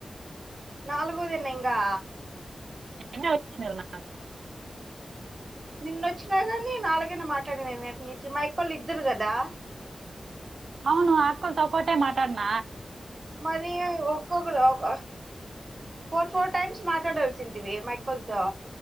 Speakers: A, on the right; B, on the right.
A: నాలుగోదేనా ఇంకా
B: నిన్నె వాచినర <unintelligible>
A: నిన్న వచ్చినా గాని నాలుగైనా మాట్లాడినేది మా యకొల్లు ఇద్దరు కదా
B: అవును అక్కలోతో ఒకటే మాటడిన
A: మరి ఒక్కొక్కరు ఒక ఫోర్ ఫోర్ టైమ్స్ మట్ మాట్లాడాల్సిన్టీవీ మా యక్కలతో